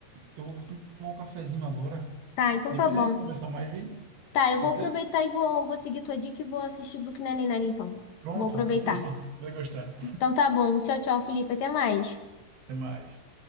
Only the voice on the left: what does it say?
Tá, então
tá bom.
Tá, eu
vou aproveitar
e vou, vou seguir tua dica e vou assistir Brooklyn Nine-Nine, então.
Vou aproveitar.
Então tá bom. Tchau, tchau, Felipe. Até mais.